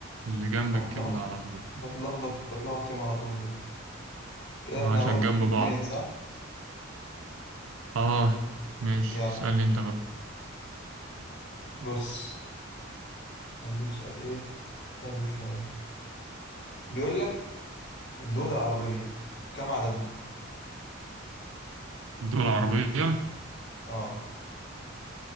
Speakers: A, on the right; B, on the left.
A: اللي جنب
B: أو
A: الكبد
B: بتلخبط
A: على طول
B: بتلخبط بتلخبط يوم على طول دول كده احنا
A: آه، عشان
B: برضه
A: جنب
B: اتنين
A: بعض
B: اتنين صح؟
A: اه ماشي
B: يلا يا
A: اسألني
B: باشا
A: انت بقى
B: بص هديك سؤال ايه حلو شوية بيقول لك الدول العربية كم عددهم؟
A: الدول العربية
B: اه